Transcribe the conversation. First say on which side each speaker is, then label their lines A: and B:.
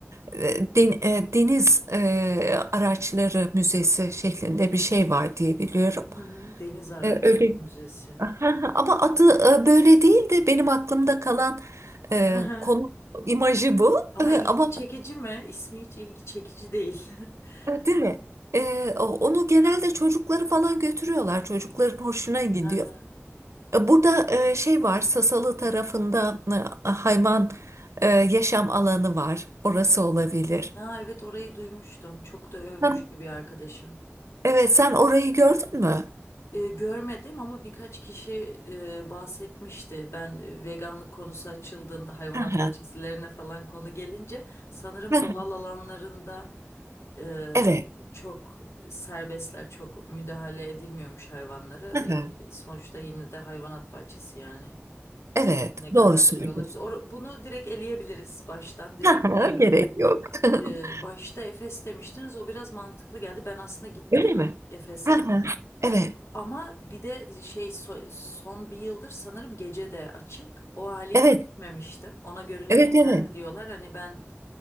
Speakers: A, on the right; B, on the left.
A: e, den- e, Deniz e, Araçları Müzesi şeklinde bir şey var diye biliyorum.
B: Hı hı. Deniz Araçları
A: E, Öyle
B: Müzesi.
A: Aha, Ama adı e, böyle değil de benim aklımda kalan e,
B: <laughs> Hı hı.
A: konu imajı bu.
B: Ama
A: E,
B: ilgi
A: Ama
B: çekici mi? İsmi hiç ilgi çekici değil. <laughs>
A: e, değil mi? E, o- onu genelde çocukları falan götürüyorlar. Çocukların hoşuna gidiyor.
B: Hı hı.
A: E, Burada e, şey var, Sasalı tarafında e, hayvan e, yaşam alanı var. Orası olabilir.
B: Ha, evet orayı duymuştum. Çok da övmüştü
A: Hı.
B: bir arkadaşım.
A: Evet, sen orayı gördün mü?
B: E, görmedim ama birkaç kişi e, bahsetmişti. Ben e, veganlık konusu açıldığında hayvanat
A: Hı hı.
B: bahçesilerine falan konu gelince sanırım
A: Hı hı.
B: doğal alanlarında e,
A: Evet.
B: çok serbestler, çok müdahale edilmiyormuş hayvanlara.
A: Hı hı.
B: Yani sonuçta yine de hayvanat bahçesi yani
A: Evet,
B: E, ne kadar
A: doğru söylüyorsun.
B: şey olabilir. Or- bunu direkt eleyebiliriz baştan direkt
A: Hı hı,
B: söyleyeyim.
A: Gerek yok.
B: E,
A: <laughs>
B: başta Efes demiştiniz o biraz mantıklı geldi. Ben aslında gittim
A: Öyle mi?
B: Efes'e.
A: Hı hı. Evet.
B: Ama bir de şey so- son bir yıldır sanırım gece de açık. O haliyle
A: Evet,
B: gitmemiştim. Ona görülmeye
A: evet, evet.
B: değer diyorlar. Hani ben